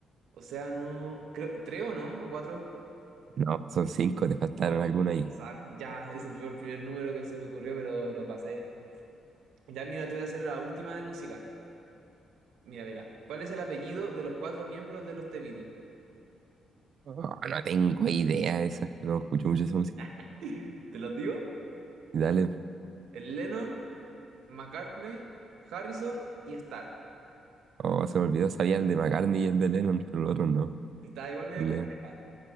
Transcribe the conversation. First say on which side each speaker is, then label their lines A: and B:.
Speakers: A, on the right; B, on the right.
A: océano, creo, ¿tres o no? ¿O cuatro?
B: No, son cinco, te faltaron
A: Oh,
B: alguna ahí.
A: Sa- Ya, ese fue el primer número que se me ocurrió, pero lo pasé. Ya, mira, te voy a hacer la última de música. Mira, mira. ¿Cuál es el apellido de los cuatro miembros de los The Beatles?
B: Oh, no tengo idea de esa. No escucho mucho esa música.
A: <laughs> ¿Te los digo?
B: Dale.
A: El Lennon, McCartney, Harrison y Starr.
B: Oh, se me olvidó. Sabía el de McCartney y el de Lennon, pero los otros no.
A: Y Está igual media
B: El
A: compleja.
B: Lennon,